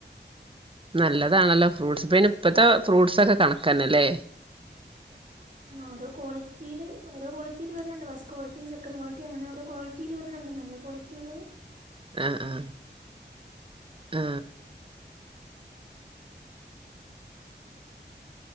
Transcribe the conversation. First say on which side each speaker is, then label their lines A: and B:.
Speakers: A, on the right; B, on the right.
A: നല്ല തണല്ലോ ഫ്രൂ്ട്സ് പിന്നെ ഇപ്പോഴത്തെ ഫ്രൂട്ടസൊക്കെ കണക്കാ തന്നല്ലേ
B: ആ ഓരോ ക്വാളിറ്റിയില് ഓരോ ക്വാളിറ്റിയില് വരുന്നുണ്ട് പസ് ക്വാളിറ്റീസ് സെ ക്കൻ കോളിറ്റി അങ്ങനെ ക്ളിറ്റയിൽ വരുന്നുണ്ട് നല്ല കോളിറ്റിഉള്ളത്
A: ആ ആ ആ